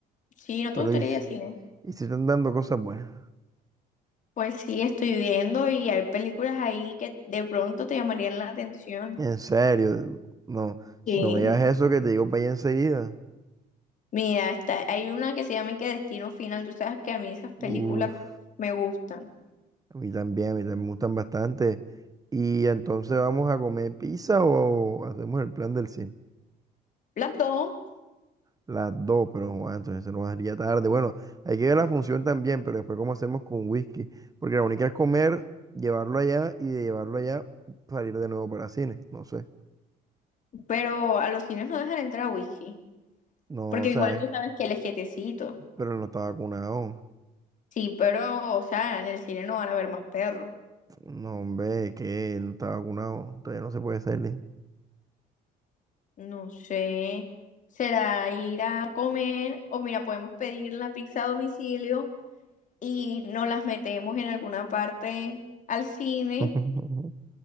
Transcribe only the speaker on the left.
Sí, ¿no
te gustaría
ir a cine?
Pues sí, estoy viendo y hay películas ahí que de pronto te llamarían la atención.
Sí.
Mira, está, hay una que se llama que Destino Final. Tú sabes que a mí esas películas
me gustan.
Las dos,
pero a los cines no dejan entrar a whisky.
Porque
igual tú sabes que el es quietecito.
Sí, pero, o sea, en el cine no van a ver más perros.
No sé. Será ir a comer o mira, podemos pedir la pizza a domicilio y nos las metemos en alguna parte al cine.